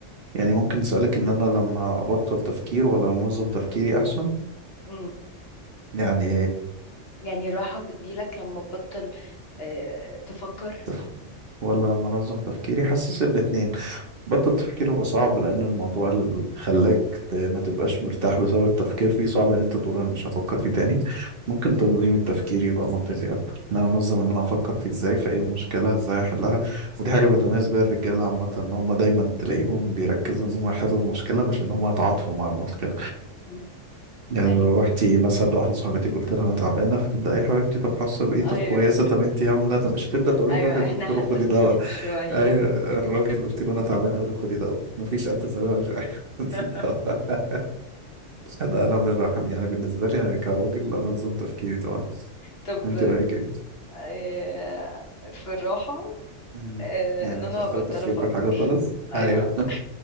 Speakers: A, on the right; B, on the left.
A: يعني ممكن سؤالك ان انا لما ابطل تفكير ولا انظم تفكيري احسن
B: مم.
A: يعني
B: يعني راحة بتجيلك لما تبطل آه، تفكر
A: تف... ولا لما انظم تفكيري حاسس الاتنين بطل تفكير هو صعب لان الموضوع اللي خلاك ت- ما تبقاش مرتاح بسبب التفكير فيه صعب ان انت تقول انا مش هفكر فيه تاني ممكن تنظيم التفكير يبقى منطقي اكتر ان انا انظم ان انا افكر فيه ازاي فايه المشكله ازاي احلها ودي حاجه بتميز بيها الرجاله عامه ان هم دايما تلاقيهم بيركزوا ان هم يحلوا المشكله مش ان هم يتعاطفوا مع المشكله
B: مم.
A: يعني
B: ايوه
A: لو رحتي مثلا لواحده صاحبتي قلت لها انا تعبانه فتبدا اي حبيبتي طب حاسه بايه طب
B: ايوه
A: كويسه طب انت عامله طب مش هتبدا تقول
B: ايوه
A: لك روحي الدكتور
B: احنا حساسين
A: وخدي دواء
B: شوية
A: ايوه الراجل قلت له انا تعبان اقول لك خدي دواء مفيش الف سلامه مش عارف <laughs> خدي
B: <laughs>
A: دواء انا انا بالرحم يعني بالنسبه لي انا كراجل انظم تفكيري طبعا
B: طب
A: انت رايك ايه؟
B: آه، في الراحة
A: امم
B: آه،
A: يعني
B: ان انا
A: تبطلي
B: بطل
A: تفكير
B: افكر
A: في الحاجه خالص
B: ايوه
A: ايوه